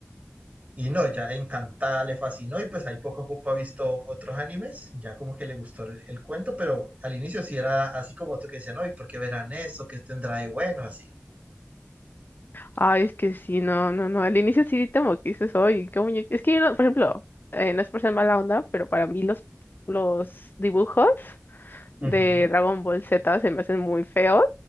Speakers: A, on the right (about 35°); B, on the left (about 45°).
A: Y no, ya encantada, le fascinó. Y pues ahí poco a poco ha visto otros animes. Ya como que le gustó el, el cuento, pero al inicio sí era así como otro que decía, no, ¿y por qué verán eso? ¿Qué tendrá de bueno? Así.
B: Ay, es que sí, no, no, no. Al inicio sí como que dices, oye, qué muñeco. Es que yo, no- por ejemplo, eh, no es por ser mala onda, pero para mí los, los dibujos de
A: Ujú,
B: Dragon Ball Z se me hacen muy feos,